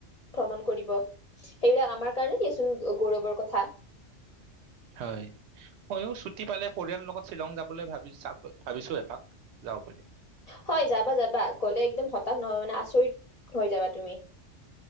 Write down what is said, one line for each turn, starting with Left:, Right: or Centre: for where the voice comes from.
Left: ভ্ৰমণ কৰিব সেইবিলাক আমাৰ কাৰণে কিয়চোন গৌৰৱৰ কথা
Right: হয় ময়ো ছুটি পালে পৰিয়ালৰ লগত শ্বিলং যাবলৈ ভাবি চাব ভাবিছো এপাক যাওঁ বুলি।
Left: হয় যাবা যাবা গ'লে একদম হতাশ নহয় মানে আচৰিত হৈ যাবা তুমি